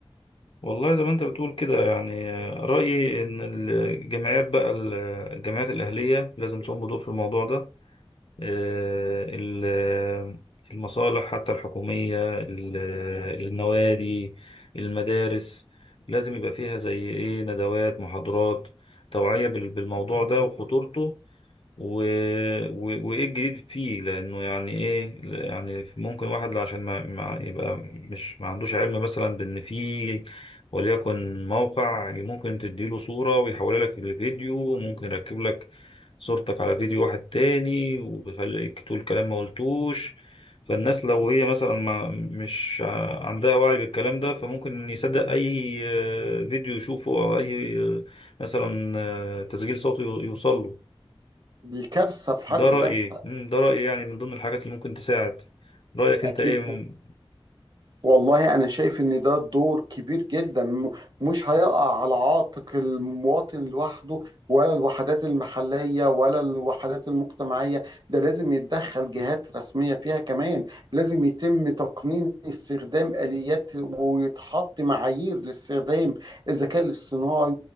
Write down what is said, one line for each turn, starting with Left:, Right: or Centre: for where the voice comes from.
Left: والله زي ما انت بتقول كده يعني آه، رأيي ان الجمعيات بقى ال- الجمعيات الأهلية لازم تقوم بدور في الموضوع ده آه، ال- آه، المصالح حتى الحكومية ال- آه، النوادي المدارس لازم يبقى فيها زي ايه ندوات محاضرات توعية بال- بالموضوع ده وخطورته و... و... وايه الجديد فيه لانه يعني ايه يعني ممكن واحد عشان ما... ما يبقى مش ما عندوش علم مثلا بان في وليكن موقع ممكن تديله صورة ويحولها لك لفيديو ممكن يركب لك صورتك على فيديو واحد تاني ويخليك تقول كلام ما قلتوش فالناس لو هي مثلا ما مش ع- عندها وعي بالكلام ده فممكن يصدق اي آه، فيديو يشوفه او اي آه، مثلا آه، تسجيل صوتي يوصل له
Right: دي كارثة في
Left: ده
Right: حد ذاتها
Left: رأيي مم، ده رأيي يعني من ضمن الحاجات اللي ممكن تساعد رأيك انت
Right: اكيد
Left: ايه مم.
Right: والله أنا شايف إن ده دور كبير جدا م- مش هيقع على عاتق المواطن لوحده ولا الوحدات المحلية ولا الوحدات المجتمعية ده لازم يتدخل جهات رسمية فيها كمان لازم يتم تقنين استخدام آليات ويتحط معايير لاستخدام الذكاء الاصطناعي